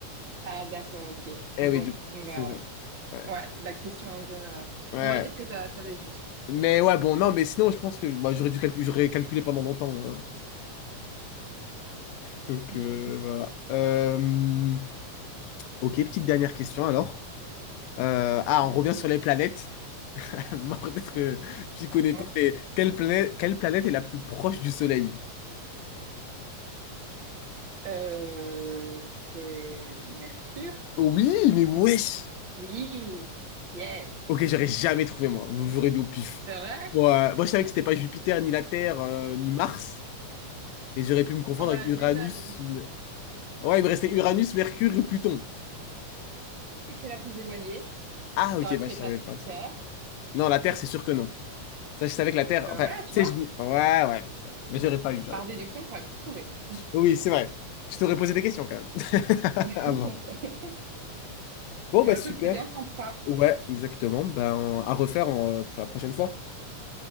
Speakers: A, on the right; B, on the left.
A: ah d'accord, ok.
B: Eh
A: Bon,
B: oui, du coup,
A: bah,
B: c'est ça. Ouais.
A: ouais, la question a induit en erreur.
B: Ouais.
A: On va dire que t'as- t'avais juste.
B: Mais ouais, bon, non, mais sinon, je pense que bah, j'aurais dû calcu- j'aurais calculé pendant longtemps. hein. Donc,
A: <laughs>
B: euh, voilà. Euh, ok, petite dernière question alors. Euh, ah,
A: Vas-y.
B: on revient sur les planètes. <laughs> Moi, peut-être que tu connais
A: Hein.
B: pas, mais quelle planète, quelle planète est la plus proche du Soleil?
A: Euh, c'est Mercure?
B: Oui, mais wesh!
A: Oui. Yes.
B: Ok, j'aurais jamais trouvé, moi. J'aurais dû au pif.
A: C'est vrai?
B: Bon, euh, moi, je savais que c'était pas Jupiter, ni la Terre, euh, ni Mars. Et j'aurais pu me confondre
A: Ah bah
B: avec Uranus.
A: déjà, déduction.
B: ou- Ouais, il me restait Uranus, Mercure et Pluton.
A: Mais Pluton, c'est que c'est la plus éloignée.
B: Ah, ok,
A: Ça aurait
B: bah,
A: pu
B: je
A: être
B: savais
A: la
B: pas ça.
A: Terre.
B: Non, la Terre, c'est sûr que non. Ça, je savais que
A: Donc
B: la Terre.
A: euh,
B: Enfin,
A: voilà,
B: tu
A: tu
B: sais,
A: vois,
B: je. dis. Ouais, ouais, c'est vrai. Mais j'aurais pas eu, j'aurais
A: par
B: pas
A: déduction,
B: eu.
A: tu aurais pu trouver.
B: Oui, c'est vrai. Je t'aurais posé des questions quand même. <laughs>
A: <laughs>
B: Avant. Bon,
A: Bon,
B: bah,
A: écoute,
B: super.
A: c'était bien sympa,
B: Ouais, exactement. Ben, à refaire en- pour la prochaine fois.